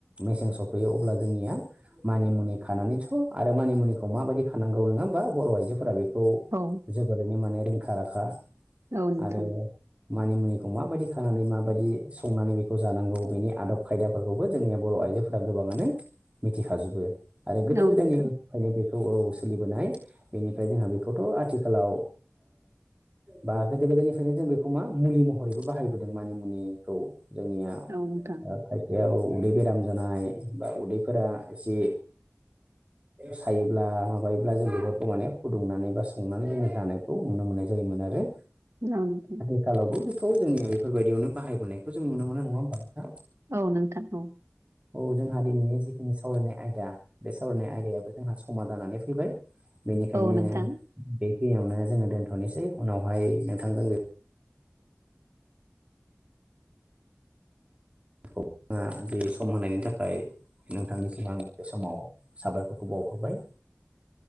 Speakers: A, on the right; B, on the right.
A: मेसें सफैयो अब्ला जोंनिया मानि -मुनि खानानै स' आरो मानिमुनिखौ माबायदि खानांगौ नङा होमबा बर' आइजोफोरा बेखौ
B: औ
A: जोबोरैनो माने रोंखा राखा
B: औ नोंथां
A: आरो मानि मुनिखौ माबायदि खानानै माबायदि संनानै बेखौ जानांगौ बेनि आदब खायदाफोरखौबो जोंनिया बर' आइजो फोर गोबाङानो मिथिखाजोबो आरो गोदो
B: औ
A: गोदायनि
B: नोंथां
A: ओंखायनो बेखौ औ सोलिबोनाय बेनिफ्राय जोंहा बेखौथ' आथिखालाव बा गोदो गोदायनिफ्रायनो जों बेखौ मा मुलि महरैबो बाहायबोदों मानि मुनिखौ जोंनिया
B: औ नोंथां
A: खायसेयाव उदै बेराम जानाय बा उदै फोरा एसे सायोब्ला माबायोब्ला जों बेफोरखौ माने फुदुंनानै बा संनानै जोङो जानायखौ नुनो मोननाय जायोमोन आरो
B: ओं नोंथां
A: आथिखालावबो बेखौ जोंनिया बेफोरबायदियावनो बाहायबायखौ जों नुनो मोनो नङा होमबथा
B: औ नोंथां औ
A: अ जोंहा दिनैनि जिखिनि सावरायनाय आयदा बे सावरायनाय आयदायाबो जोंहा समा जानानै फैबाय बेनिखायनो
B: औ नोंथां औ नोंथां
A: बेखिययावनो जोङो दोनथ'नोसै उनावहाय नोंथांजों बे खौ अ बे सम होनायनि थाखाय नोंथांनिसिम आं बे समाव साबायखरखौ बावहरोबाय